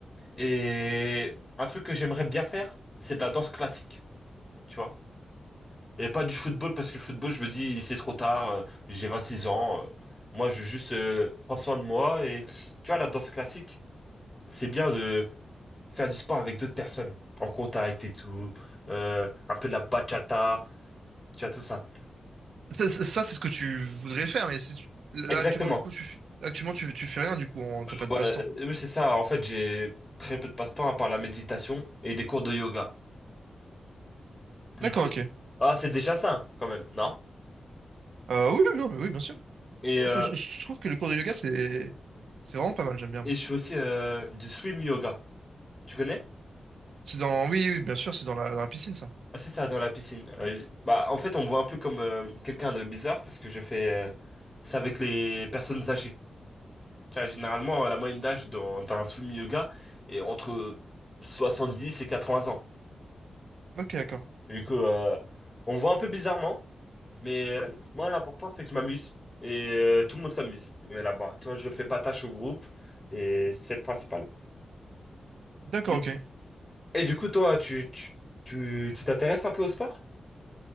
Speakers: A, on the left; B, on the right.
A: Et un truc que j'aimerais bien faire, c'est de la danse classique, tu vois. Et pas du football, parce que le football, je me dis, c'est trop tard, euh, j'ai six ans, euh, moi, je veux juste euh, prendre soin de moi. Et tu vois, la danse classique, c'est bien de faire du sport avec d'autres personnes, en contact et tout, euh, un peu de la bachata, tu vois, tout ça.
B: Ça, ça- ça, c'est ce que tu voudrais faire, mais si tu- là,
A: Exactement.
B: actuellement, du coup, tu, fais- actuellement, tu, tu fais rien, du coup, on- t'as pas de
A: Ouais,
B: passe-temps.
A: euh, oui, c'est ça. En fait, j'ai très peu de passe-temps à part la méditation et des cours de yoga. Du
B: D'accord,
A: coup, c'est-
B: ok.
A: ah, c'est déjà ça, quand même, non?
B: Euh, oui, oui, non, mais oui, bien sûr.
A: Et euh,
B: Je, je- je trouve que le cours de yoga, c'est, c'est vraiment pas mal, j'aime bien,
A: Et
B: moi.
A: je fais aussi euh, du swim yoga. Tu connais?
B: C'est dans, oui, oui, bien sûr, c'est dans la, dans la piscine, ça.
A: Ah, c'est ça, dans la piscine. Euh,
B: Ouais.
A: bah, en fait, on me voit un peu comme euh, quelqu'un de bizarre parce que je fais euh, ça avec les personnes âgées. Tu vois, généralement, euh, la moyenne d'âge dans, d'un swim yoga est entre 70 et 80 ans.
B: Ok, d'accord.
A: Du coup, euh, on me voit un peu bizarrement, mais euh, moi, l'important, c'est que je m'amuse. Et euh, tout le monde s'amuse. On est là-bas. Tu vois, je fais pas tâche au groupe et c'est le principal.
B: D'accord,
A: Mais-
B: ok.
A: Et du coup, toi, tu, tu, tu, tu t'intéresses un peu au sport?